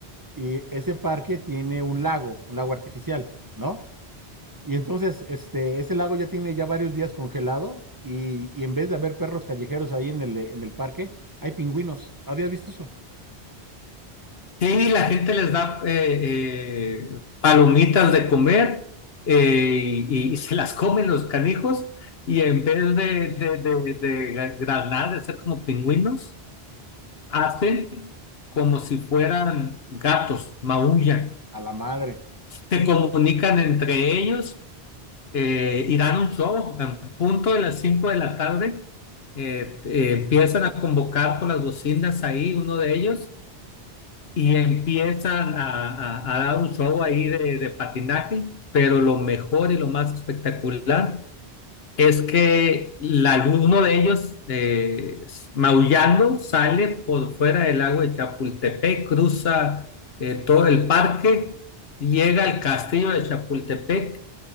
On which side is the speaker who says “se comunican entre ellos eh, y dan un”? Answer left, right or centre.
Left